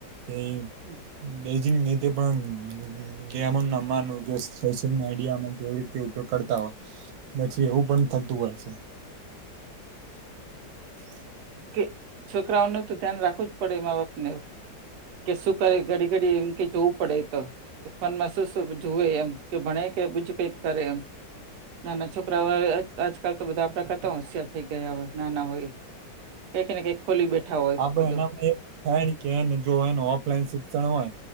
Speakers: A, on the right; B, on the right.
A: કે,
B: હમ.
A: બેજિંગ ની તે પણ ગેમ રમવાનું કે સોશિયલ મીડિયામાં કેવી રીતે ઉપયોગ? કરતા હોય પછી એવું પણ થતું હોય છે. <inaudible>
B: કે છોકરાઓનું તો ધ્યાન રાખવું જ પડે મા-બાપને એ કે શું કરે ઘડી! ઘડી એમ કે જવું પડે તો, ફોન માં શું શું જુએ? એમ કે ભણે કે બીજું કઈક કરે એમ. નાના છોકરાઓ આજકાલ તો બધા આપણા કરતા હોશિયાર થઈ ગયા હોય. નાના હોય, કંઈક ને કંઈ ખોલી બેઠા હોય.
A: આપડે એનામાં એ થાય કે એને જો એનું ઓફલાઈન શિક્ષણ હોય